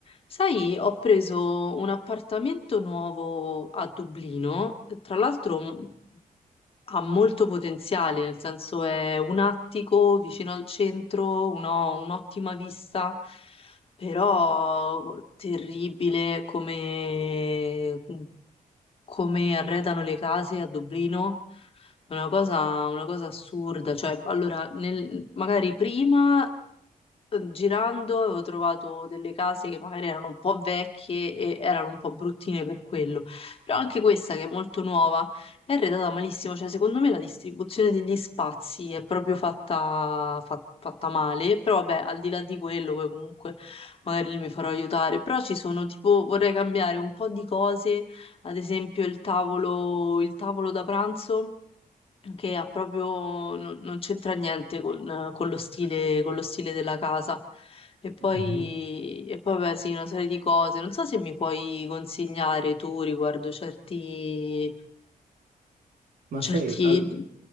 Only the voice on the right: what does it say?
Mhm.
Ma
sai, al-